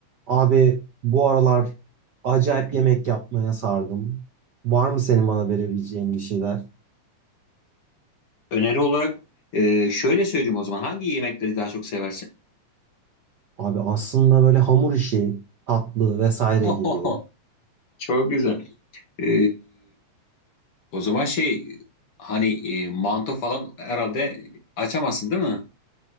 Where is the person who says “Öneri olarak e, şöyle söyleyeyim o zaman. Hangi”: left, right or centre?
Left